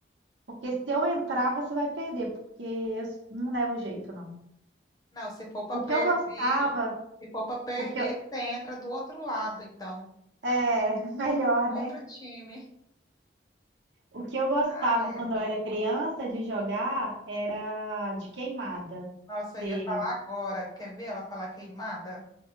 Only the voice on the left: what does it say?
Não, se for para
perder,
se for para perder,
você entra do outro lado, então.
Outro
time.
Ai,
amiga.
Nossa,
eu ia falar agora. Quer ver ela falar queimada?